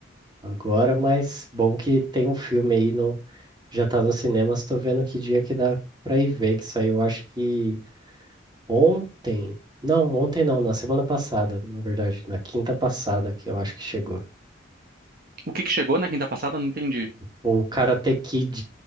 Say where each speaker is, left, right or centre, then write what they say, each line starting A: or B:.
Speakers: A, on the right; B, on the right.
A: agora, mas bom que tem um filme aí no, já tá nos cinemas. Tô vendo que dia que dá pra ir ver, que saiu, acho que ontem. Não, ontem não, na semana passada, na verdade, na quinta passada que eu acho que chegou.
B: O que que chegou na quinta passada? Eu Não entendi.
A: O Karate Kid,